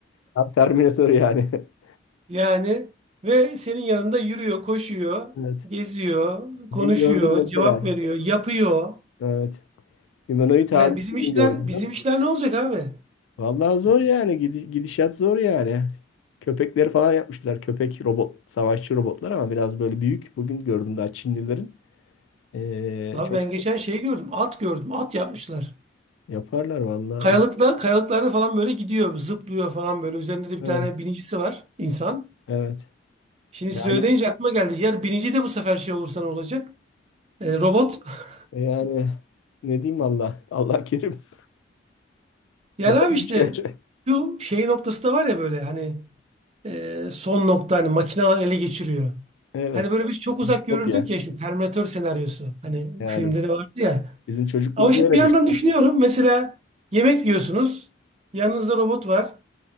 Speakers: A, on the left; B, on the right.
A: Tam Terminator yani. <laughs>
B: Yani ve senin yanında yürüyor, koşuyor,
A: Evet.
B: geziyor,
A: Bugün
B: konuşuyor,
A: gördüm mesela.
B: cevap veriyor, yapıyor.
A: Evet. Humanoid halini
B: Yani bizim
A: bugün
B: işler,
A: gördüm
B: bizim
A: ben.
B: işler ne olacak abi?
A: Vallahi zor yani. Gidi- Gidişat zor yani. Köpekleri falan yapmışlar. Köpek robot, savaşçı robotlar ama biraz böyle büyük. Bugün gördüm daha Çinlilerin. Ee,
B: Abi
A: çok
B: ben geçen şey gördüm. At gördüm. At yapmışlar.
A: yaparlar vallahi.
B: Kayalıkta, kayalıklarda falan böyle gidiyor. Zıplıyor falan böyle. Üzerinde de bir
A: Evet.
B: tane binicisi var. insan.
A: Evet.
B: Şimdi
A: Yani
B: siz öyle deyince aklıma geldi. Yer binici de bu sefer şey olursa ne olacak? Ee, robot. <laughs>
A: E Yani ne diyeyim Allah? Allah kerim. <laughs>
B: Yani
A: Yapalım
B: abi işte
A: bir şey.
B: şu şey noktası da var ya böyle hani e, son nokta hani makineler ele geçiriyor.
A: Evet.
B: Hani böyle biz çok uzak
A: Distopya.
B: görürdük ya işte Terminator senaryosu. Hani
A: Yani
B: filmde de vardı ya.
A: bizim çocukluğumuz
B: Ama şimdi
A: öyle
B: bir
A: geçti.
B: yandan düşünüyorum. Mesela yemek yiyorsunuz. Yanınızda robot var.